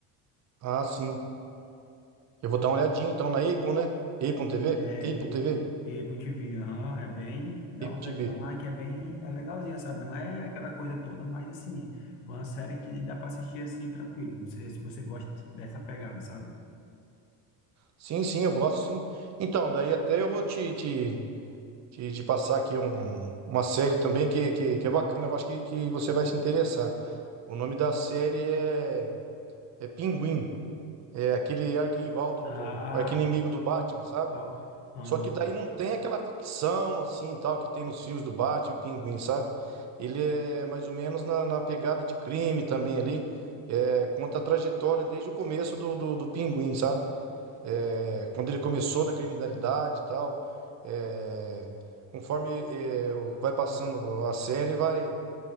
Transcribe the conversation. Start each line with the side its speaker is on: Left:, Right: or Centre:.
Right: Ah, sim. Eu vou dar uma olhadinha então na Apple, né? Apple TV?
Left: É,
Right: Apple
Left: e,
Right: TV?
Left: e, e Apple TV, aham, é bem, dá
Right: Apple
Left: uma olhadinha
Right: TV.
Left: lá que é bem, é legalzinha, sabe? Não é aquela coisa toda, mas assim, é uma série que dá para assistir assim tranquilo. Não sei se você gosta dessa pegada, sabe?
Right: Sim, sim, eu gosto sim. Então, daí até eu vou te, te, te, te passar aqui um- uma série também que, que, que é bacana, eu acho que, que você vai se interessar. O nome da série é, é Pinguim. É aquele arquirrival do,
Left: Ah,
Right: do arqui-inimigo do Batman, sabe?
Left: ó, ah,
Right: Só que daí não tem aquela ficção assim, tal, que tem nos filmes do Batman, e Pinguim, sabe? Ele é mais ou menos na, na pegada de crime também ali. É, conta a trajetória desde o começo do, do, do Pinguim, sabe? É, quando ele começou na criminalidade e tal. É, conforme é, vai passando a série, vai